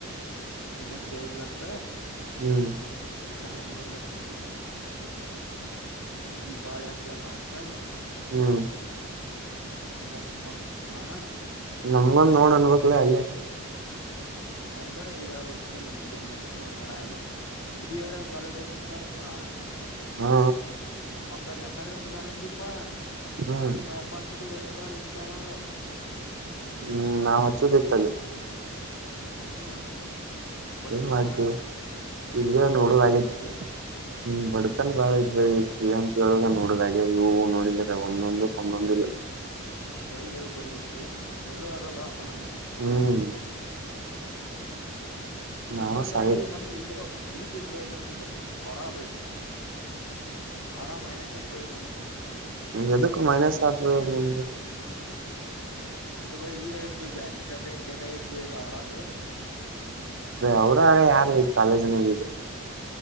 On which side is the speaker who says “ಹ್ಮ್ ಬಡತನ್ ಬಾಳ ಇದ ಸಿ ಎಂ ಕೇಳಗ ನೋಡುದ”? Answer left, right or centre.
Right